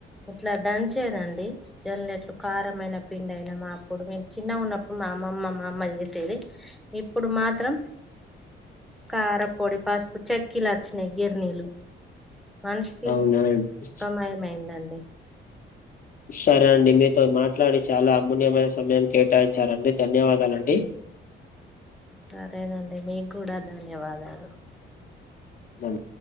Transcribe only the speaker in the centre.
ఇట్లా దంచేదండి జన్లెట్లు కారమైన పిండైనా మా అప్పుడు మేము చిన్నగున్నప్పుడు మా అమమ్మ మా అమ్మ చేసేది ఇప్పుడు మాత్రం కారం పాస్పు చక్కిలాచ్చినై గిర్నీలు మన్ష్కి
కమైమైందండి
సరేనండి మీగ్గూడా ధన్యవాదాలు